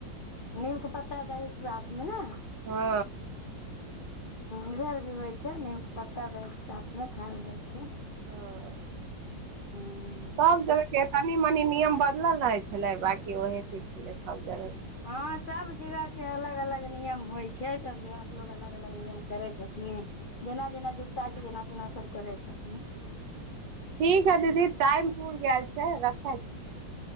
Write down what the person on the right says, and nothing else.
हँ
ह
सब जगह के। तनी मनी नियम बदलल रहै छलै बाँकी ओएहे चीज छलै सभ जगह।
ठीक है दीदी टाइम पूुर गेल छै। रखे छी